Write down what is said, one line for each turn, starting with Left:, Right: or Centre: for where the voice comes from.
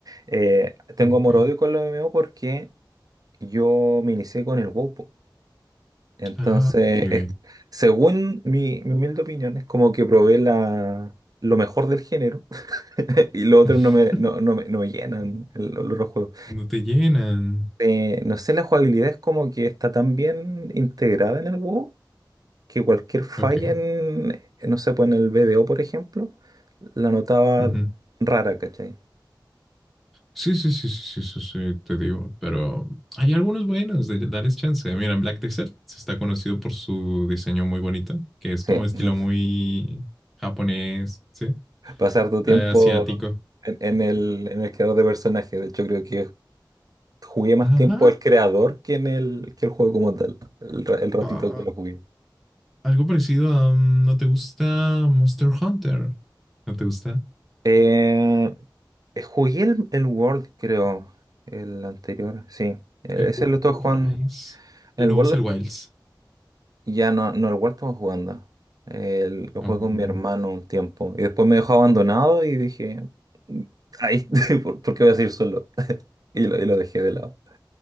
Right: Eh, tengo
Centre: Ah, Ok.
Right: amor-odio con los MMOs porque yo me inicié con el WoW. po. Entonces,
Centre: Ah, ok.
Right: es- según mi, mi humilde opinión, es como que probé la, lo mejor del género <laughs> y los otros
Centre: <laughs>
Right: no me, no, no me, no me llenan el- los otros juegos.
Centre: No te llenan.
Right: Eh, no sé, la jugabilidad es como que está tan bien integrada en el WoW que cualquier falla
Centre: Ok.
Right: en, en, no sé, pues en el BDO, por ejemplo, la notaba
Centre: ujú.
Right: rara, ¿cachai?
Centre: Sí, sí, sí, sí, sí, eso sí, te digo. Pero hay algunos buenos de darles chance. Mira, Black Desert se está conocido por su diseño muy bonito, que es
Right: Sí,
Centre: como estilo
Right: <laughs>
Centre: muy japonés, ¿sí?
Right: pasar tu tiempo
Centre: Eh, asiático.
Right: en, en el, en el creador de personajes. De hecho, creo que jugué más
Centre: Ajá.
Right: tiempo al creador que en el, que el juego como tal, el, ra- el ratito
Centre: Ah,
Right: que lo jugué.
Centre: algo parecido a... mm, ¿No te gusta Monster Hunter? ¿No te gusta?
Right: Eh, eh, jugué el, el World, creo, el anterior, sí. Eh,
Centre: El
Right: Ese
Centre: World
Right: lo estuve jugando.
Centre: Rise.
Right: El
Centre: El nuevo
Right: World
Centre: es el Wilds.
Right: Y ya no, no lo he vuelto jugando. El- lo
Centre: Uy.
Right: jugué con mi hermano un tiempo. Y después me dejó abandonado y dije, "Mm, ay, <laughs> ¿por, por qué voy a seguir solo? <laughs> Y lo, y lo dejé de lado.